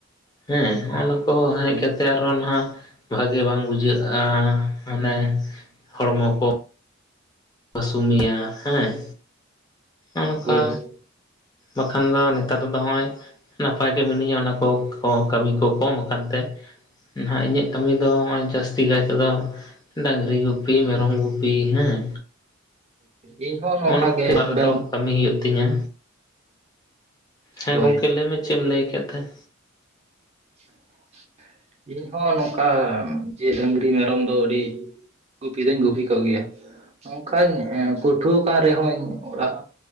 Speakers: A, on the left; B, on the right.
A: ᱦᱮᱸ ᱚᱱᱟ ᱠᱚ ᱦᱮᱡ ᱠᱟᱛᱮᱜ ᱟᱨᱚ ᱱᱟᱦᱟᱜ ᱵᱷᱟᱜᱮ ᱵᱟᱝ ᱵᱩᱡᱷᱟᱹᱜᱼᱟ ᱦᱟᱱᱮ ᱦᱚᱲᱢᱚ ᱠᱚ ᱦᱟᱥᱩᱢᱤᱭᱟᱹ ᱦᱮᱸ ᱚᱱᱠᱟ
B: ᱦᱳᱭ ᱦᱳᱭ
A: ᱵᱟᱠᱷᱟᱱ ᱫᱚ ᱱᱮᱛᱟᱨ ᱫᱚ ᱱᱚᱜᱼᱚᱭ ᱱᱟᱯᱟᱭ ᱜᱮ ᱢᱤᱱᱟᱹᱧᱟ ᱚᱱᱟ ᱠᱚ ᱠᱟᱹᱢᱤ ᱠᱚ ᱠᱚᱢ ᱟᱠᱟᱱ ᱛᱮ ᱦᱟᱜ ᱤᱧᱟᱹᱜ ᱠᱟᱹᱢᱤ ᱫᱚ ᱱᱚᱜᱚᱭ ᱡᱟᱹᱥ ᱞᱟᱭ ᱛᱮᱫᱚ ᱰᱟᱝᱨᱤ ᱜᱩᱯᱤ ᱢᱮᱨᱚᱢ ᱜᱩᱯᱤ ᱦᱮᱸ
B: ᱤᱧ ᱦᱚ ᱱᱚᱝᱠᱟ
A: ᱱᱚᱜᱼᱚ ᱱᱚᱣᱟ
B: ᱜᱮ
A: ᱠᱚ ᱚᱲᱟᱜ ᱨᱮᱫᱚ
B: ᱰᱟᱝ
A: ᱠᱟᱹᱢᱤ ᱦᱩᱭᱩᱜ ᱛᱤᱧᱟᱹ ᱦᱮᱸ
B: ᱦᱳᱭ
A: ᱜᱚᱝᱠᱮ ᱞᱟᱹᱭᱢᱮ ᱪᱮᱫ ᱮᱢ ᱞᱟᱹᱭ ᱠᱮᱫ ᱛᱟᱦᱮᱸ
B: <inaudible> ᱤᱧ ᱦᱚ ᱱᱚᱝᱠᱟ ᱡᱮ ᱰᱟᱹᱝᱨᱤ ᱢᱮᱨᱚᱢ ᱫᱚ ᱟᱹᱰᱤ ᱜᱩᱯᱤ ᱫᱚᱧ ᱜᱩᱯᱤ ᱠᱚᱜ ᱜᱮᱭᱟ ᱚᱱᱠᱟᱧ ᱮ ᱯᱟᱹᱴᱷᱩᱣᱟᱹ ᱠᱟᱱ ᱨᱮᱦᱚᱧ ᱚᱲᱟᱜ